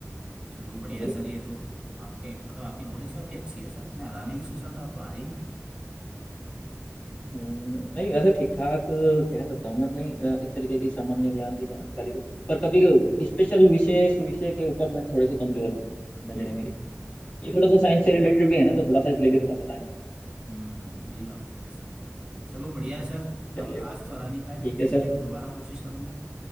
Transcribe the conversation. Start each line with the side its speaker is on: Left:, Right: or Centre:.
Right: चलो बढ़िया
Left: बिल्कुल
Right: है सर ये तो आपके मतलब आपकी नॉलेज काफी अच्छी है सर मैं हराने की सोच रहा था आप तो हारे ही नहीं
Left: हम्म, नहीं वैसे ठीक ठाक कह सकता हूँ मैं अपनी अ, इस तरीके की सामान्य ज्ञान की जानकारी को पर कभी स्पेशल विशेष विषय के ऊपर मैं थोड़ी सी कमजोर है नजर
Right: हम्म
Left: है मेरी ये
Right: बिल्कुल।
Left: थोड़ा सा साइंस से रिलेटेड भी है ना तो थोड़ा सा इसलिए भी थोड़ा पता है मुझे।
Right: हम्म ये बात तो है सर चलो बढ़िया
Left: हम्म,
Right: है सर
Left: चलिए
Right: आप आज तो हरा नहीं पाए
Left: ठीक
Right: फिर किसी
Left: है सर
Right: दिन दोबारा कोशिश करूंगा